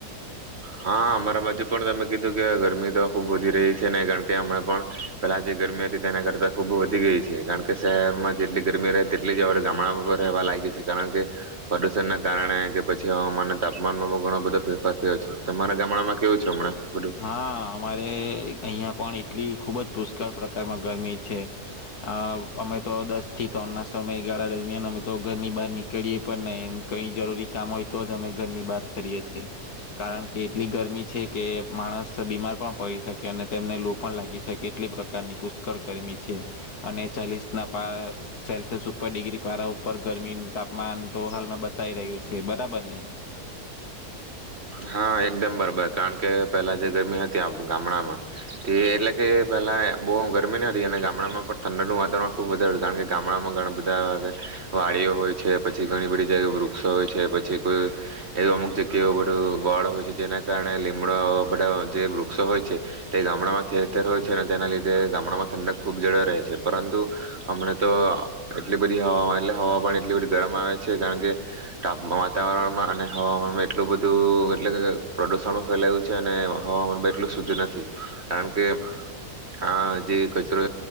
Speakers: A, on the right (about 40°); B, on the left (about 70°).
A: હા, અમારા બાજુ પણ તમે કીધું કે ગરમી તો ખુબ વધી રહી છે ને કારણ કે, હમણાં પણ પેલા જે ગરમી હતી તેના કરતા ખૂબ વધી ગઈ છે. કારણ કે, શહેરમાં જેટલી ગરમી રહે તેટલી જ આપણા ગામડામાં પણ રહેવા લાગી છે. કારણ કે પ્રદુષણના કારણે કે પછી હવામાનના તાપમાનમાં પણ ઘણો બધો ફેરફાર થયો છે. તમારા ગામડામાં કેવું છે હમણાં? બધું
B: હા અમારે અહીંયા પણ, એટલી ખૂબ જ પુષ્કળ પ્રકારમાં ગરમી છે. અ અમે તો દસ થી ત્રણના સમયગાળા દરમિયાન અમે તો, ઘરની બહાર નીકળીએ પણ નહીં એમ કઈ જરૂરી કામ હોય તો જ અમે ઘરની બહાર ફરીએ છીએ. કારણ કે એટલી ગરમી છે કે માણસ બીમાર પણ પડી શકે. અને તેમને લુ પણ લાગી શકે એટલી પ્રકારની પુષ્કળ ગરમી છે. અને ચાલીસ ના પા સેલ્સિયસ ઉપર ડિગ્રી પારા ઉપર ગરમીનું તાપમાન તો હાલમાં બતાઈ રહ્યું છે બરાબર ને?
A: હા, એકદમ બરાબર કારણ કે પેલા જે ગરમી હતી, આમ ગામડામાં તે એટલે કે પેલા બહુ ગરમી ન હતી અને ગામડામાં પણ ઠંડકનું વાતાવરણ ખુબ વધારે હતું કારણ કે ગામડામાં ઘણા બધા વાડીઓ હોય છે. પછી ઘણી બધી જગ્યાએ વૃક્ષો હોય છે. પછી કોઈ એવી અમુક જગ્યાઓ લીમડો, વડ હોય છે. જેના કારણે લીમડો બધા જે વૃક્ષો હોય છે તે ગામડામાં ઠેર ઠેર હોય છે. અને તેના લીધે ગામડામાં ઠંડક ખૂબ જળવાઈ રહે છે. પરંતુ હમણા તો એટલી બધી હ એટલે હવા પણ એટલી બધી ગરમ આવે છે. કારણ કે તાપમાં વાતાવરણમાં અને હવામાનમાં એટલું બધું તો એટલે કે પ્રદુષણ ફેલાયું છે. અને હવામાન બી એટલું શુદ્ધ નથી. કારણ કે, આ જે કચરો